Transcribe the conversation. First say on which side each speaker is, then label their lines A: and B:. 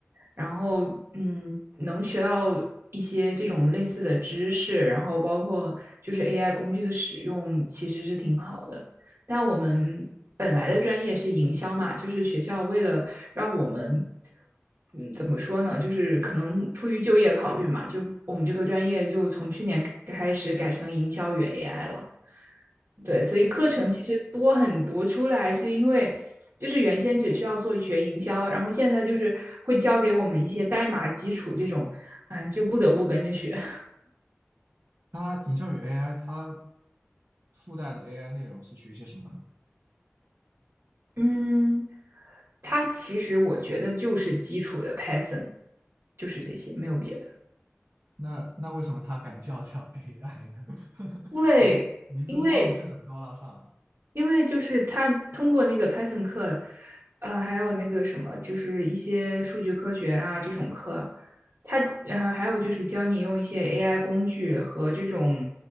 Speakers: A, on the right (about 60°); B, on the right (about 85°).
A: 然后嗯，能学到一些这种类似的知识，然后包括就是 AI 工具的使用，其实是挺好的。但我们本来的专业是营销嘛，就是学校为了让我们，嗯，怎么说呢，就是可能出于就业考虑嘛，就我们这个专业就从去年开始改成营销与 AI 了。对，所以课程其实多很多，出来是因为就是原先只需要做学营销，然后现在就是会教给我们一些代码基础这种，啊，就不得不跟着学。
B: 它营销与 AI，它附带的 AI 内容是学些什么呢？
A: 嗯 <laughs>，它其实我觉得就是基础的 Python，就是这些，没有别的。
B: 那那为什么它敢叫叫 AI 呢？<laughs>
A: 因为因为
B: 感觉名字上的就很高大上啊。
A: 因为就是他通过那个 Python 课，呃，还有那个什么，就是一些数据科学啊这种课，他呃还有就是教你用一些 AI 工具和这种